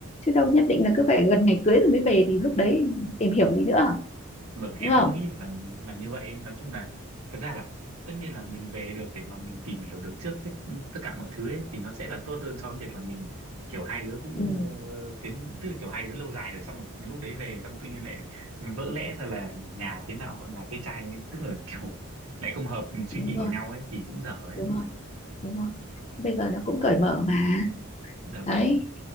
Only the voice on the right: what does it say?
Vâng, em
cũng nghĩ là là như vậy. ấy. Nói chung là thật ra là tất nhiên là mình về được để mà mình tìm hiểu được trước hết ừ, tất cả mọi thứ ấy, thì nó sẽ là tốt hơn so với việc là mình kiểu hai đứa cũng
ờ, tiến tức là kiểu hai đứa lâu dài rồi xong rồi lúc đấy về xong rồi tự nhiên lại vỡ lẽ ra là nhà thế nào nhà thế trai tức là kiểu lại không hợp suy
nghĩ
của nhau ấy thì cũng dở ấy.
Dạ vâng,